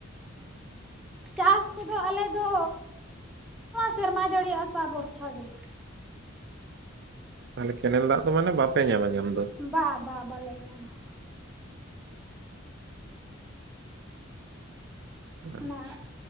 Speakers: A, in the centre; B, on the right.
A: ᱪᱟᱥ ᱠᱚ ᱫᱚ ᱟᱞᱮ ᱫᱚ ᱥᱮᱨᱢᱟ ᱡᱟᱹᱲᱤ ᱟᱥᱟ ᱵᱚᱨᱥᱟ ᱜᱮᱼᱼ
B: ᱛᱟᱦᱚᱞᱮ ᱠᱮᱱᱮᱞ ᱫᱟᱜ ᱫᱚ ᱢᱟᱱᱮ ᱵᱟᱯᱮ ᱧᱟᱢᱟ ᱧᱟᱢ ᱫᱚ?
A: ᱵᱟ ᱵᱟ ᱵᱟᱞᱮ ᱧᱟᱢᱟ ᱾ ᱚᱱᱟᱼᱼ
B: ᱟᱪᱪᱷᱟ